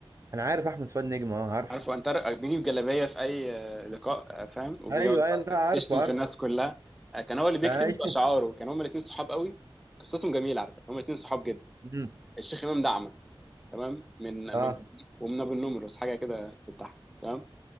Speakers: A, on the right; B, in the centre.
A: انا عارف احمد فؤاد نجم اه عارفه
B: عارف هو انتر بيجيب جلابيه في اي آه، لقاء آه، فاهم وبيقعد
A: ايوه ايوه لا
B: بقى
A: عارفه
B: يشتم
A: عارفه
B: في الناس كلها آه، كان هو اللي بيكتب
A: ايوه
B: اشعاره كان هما الاثنين صحاب قوي قصتهم جميله على فكره هما الاثنين صحاب جدا
A: امم
B: الشيخ امام دعمه تمام من
A: اه
B: من ومن ابو النمرس حاجه كده بتضحك تمام